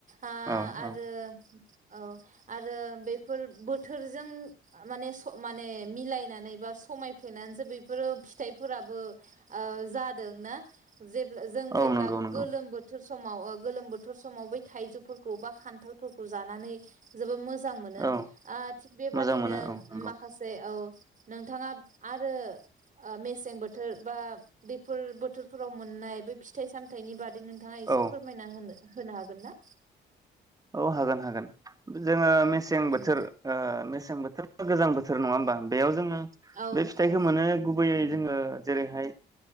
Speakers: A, on the right; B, on the right.
A: आ
B: औ
A: आरो
B: औ
A: औ आरो बेफोर बोथोरजों माने माने मिलायनानै बा समायफ्लेनानैसो बेफोरो फिथाइफोराबो जादोंना जेब्ला जों जेब्ला
B: औ नंगौ नंगौ
A: गोलोम समाव गोलोम बोथोर समाव बै थाइजौफोरखौ बा खान्थालफोरखौ जानानै जोबोर मोजां मोजां मोनो
B: औ
A: आ थिग बेबादिनो
B: मोजां मोनो औ नंगौ
A: माखासे औ नोंथाङा आरो ओ मेसें बोथोर बा बेफोर बोथोरफोराव मोननाय बे फिथाइ सामथायाइनि बादै नों नोंथाङा एसे
B: औ
A: फोरमायना होनो होनो हागोन ना
B: औ हागोन हागोन जोङो मेसें
A: उम
B: बोथोर ओ मेसें बोथोर गोजां बोथोर नङा होमबा बेयाव जोङो
A: औ
B: बे फिथाइखौ
A: औ
B: मोनो गुबैयै जोङो जेरैहाय